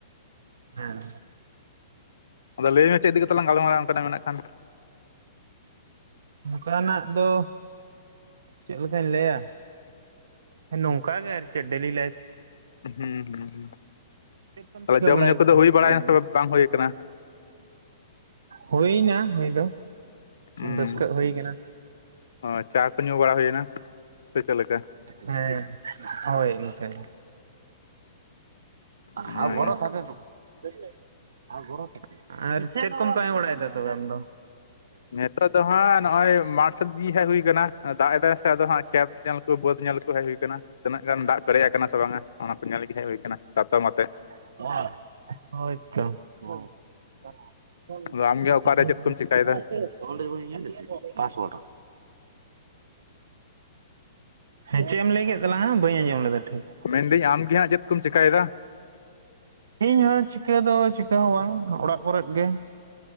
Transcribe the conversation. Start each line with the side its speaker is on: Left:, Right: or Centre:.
Right: ᱦᱮᱸᱻ
Left: ᱟᱫᱚ ᱞᱟᱹᱭ ᱢᱮ ᱪᱮᱫ ᱤᱫᱤ ᱠᱟᱛᱮ ᱞᱟᱝ ᱜᱟᱞᱢᱟᱨᱟᱜ-ᱟ ᱚᱱᱠᱟᱱᱟᱜ ᱢᱮᱱᱟᱜ ᱠᱷᱟᱱ
Right: ᱱᱚᱠᱟᱱᱟᱜ ᱫᱚ ᱪᱮᱫ ᱞᱮᱠᱟᱧ ᱞᱟᱹᱭᱟ ᱦᱮᱸ ᱱᱚᱝᱠᱟ ᱜᱮ ᱟᱨ ᱪᱮᱫ ᱰᱮᱞᱤ ᱞᱟᱭᱤᱯ
Left: ᱦᱩᱸ ᱦᱩᱸ ᱦᱩᱸ
Right: ᱪᱮᱫ ᱠᱚᱢ
Left: ᱛᱟᱦᱞᱮ
Right: ᱪᱤᱠᱟᱹ
Left: ᱡᱚᱢᱧᱩ
Right: ᱵᱟᱲᱟᱭᱮᱫᱟ
Left: ᱠᱚᱫᱚ ᱦᱩᱭ
Right: ᱛᱚᱵᱮ
Left: ᱵᱟᱲᱟᱭ ᱱᱟ
Right: ᱟᱢ
Left: ᱥᱮ
Right: ᱫᱚ
Left: ᱵᱟᱝ ᱦᱩᱭ ᱟᱠᱟᱱᱟ
Right: ᱦᱩᱭᱱᱟ ᱦᱩᱭ ᱫᱚ
Left: ᱦᱩᱸ
Right: ᱵᱟᱥᱠᱟᱹᱜ ᱦᱩᱭ ᱠᱟᱱᱟ
Left: ᱚ ᱪᱟ ᱠᱚ ᱧᱩ ᱵᱟᱲᱟ ᱦᱩᱭᱱᱟ ᱥᱮ ᱪᱤᱠᱟᱹ ᱞᱮᱠᱟ
Right: ᱦᱮᱸ ᱦᱳᱭ ᱤᱱᱠᱟᱹᱜᱮ <unintelligible>
Left: ᱚᱱᱟᱜᱮ
Right: <unintelligible> ᱟᱨ ᱪᱮᱫ ᱠᱚᱢ ᱠᱟᱹᱢᱤ ᱵᱟᱲᱟᱭᱮᱫᱟ ᱛᱚᱵᱮ ᱟᱢ ᱫᱚ
Left: ᱱᱤᱛᱚᱜ ᱫᱚ ᱦᱟᱸᱜ ᱱᱚᱜᱼᱚᱭ ᱢᱟᱴ ᱥᱮᱫ ᱜᱮ ᱦᱟᱸᱜ ᱦᱩᱭ ᱟᱠᱟᱱᱟ ᱫᱟᱜ ᱮᱫᱟᱭ ᱥᱮ ᱟᱫᱚ ᱦᱟᱸᱜ ᱠᱷᱮᱛ ᱧᱮᱞ ᱵᱟᱹᱫᱽ ᱧᱮᱞ ᱠᱚ ᱦᱮᱡ ᱦᱳᱭ ᱟᱠᱟᱱᱟ ᱛᱤᱱᱟᱹᱜ ᱜᱟᱱ ᱫᱟᱜ ᱯᱮᱨᱮᱡ ᱟᱠᱟᱱᱟ ᱥᱮ ᱵᱟᱝᱟ ᱚᱱᱟ ᱠᱚ ᱧᱮᱞ ᱜᱮ ᱦᱮᱡ ᱦᱩᱭ ᱟᱠᱟᱱᱟ ᱪᱟᱛᱚᱢ ᱟᱛᱮ
Right: <unintelligible> ᱦᱳᱭᱛᱚ <unintelligible>
Left: ᱟᱫᱚ ᱟᱢᱜᱮ ᱚᱠᱟᱨᱮ ᱪᱮᱫ ᱠᱚᱢ ᱪᱮᱠᱟᱭᱮᱫᱟ
Right: ᱦᱮᱸ ᱪᱮᱫ ᱮᱢ ᱞᱟᱹᱭ ᱠᱮᱫ ᱛᱟᱞᱟᱝᱟ ᱵᱟᱹᱧ ᱟᱸᱡᱚᱢ ᱞᱮᱫᱟ ᱴᱷᱤᱠ
Left: ᱢᱮᱱᱫᱟᱹᱧ ᱟᱢ ᱜᱮ ᱦᱟᱸᱜ ᱪᱮᱫ ᱠᱚᱢ ᱪᱮᱠᱟᱭ ᱫᱟ
Right: ᱤᱧ ᱦᱚᱸ ᱪᱤᱠᱟᱹ ᱫᱚ ᱪᱤᱠᱟᱹ ᱦᱚᱸ ᱵᱟᱝ ᱚᱲᱟᱜ ᱠᱚᱨᱮ ᱜᱮ